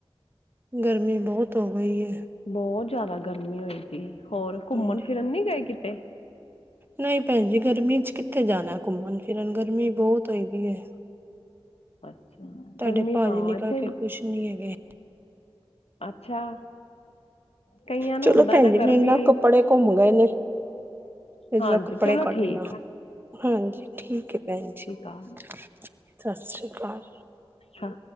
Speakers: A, on the right; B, on the left.
A: ਗਰਮੀ ਬਹੁਤ ਹੋ ਗਈ ਏ।
B: ਬਹੁਤ ਜ਼ਿਆਦਾ ਗਰਮੀ ਹੋਈ ਪੀ ਏ, ਹੋਰ ਘੁੰਮਣ
A: ਹਾਂਜੀ
B: ਫਿਰਨ ਨੀ ਗਏ ਕਿਤੇ?
A: ਨਹੀਂ ਭੈਣ ਜੀ ਗਰਮੀ ਚ ਕਿੱਥੇ ਜਾਣਾ ਏ, ਘੁੰਮਣ ਫਿਰਨ ਗਰਮੀ ਬਹੁਤ ਹੋਈ ਪਈ ਏ।
B: ਅੱਛਾ
A: ਤੁਹਾਡੇ
B: ਗਰਮੀ
A: ਭਾਜੀ
B: ਹਾਂ
A: ਨਿਕਲ
B: ਇੱਥੇ
A: ਕੇ
B: ਵੀ।
A: ਖੁਸ਼ ਨੀ ਹੈਗੇ।
B: ਅੱਛਾ ਕਈਆਂ ਨੂੰ
A: ਚਲੋ
B: ਹੁੰਦਾ
A: ਭੈਣ
B: ਨਾ
A: ਜੀ
B: ਗਰਮੀ
A: ਮੇਰੇ ਕੱਪੜੇ ਘੁੰਮ ਗਏ ਨੇ ਮੈਂ ਜਰਾ
B: ਹਾਂਜੀ
A: ਕੱਪੜੇ
B: ਚਲੋ
A: ਕੱਢ
B: ਠੀਕ
A: ਲਾਂ
B: ਏ।
A: ਹਾਂਜੀ, ਠੀਕ ਹੈ ਭੈਣ ਜੀ।
B: ਅਕਾਲ
A: ਸਤਿ ਸ੍ਰੀ ਅਕਾਲ।
B: ਹਾਂ।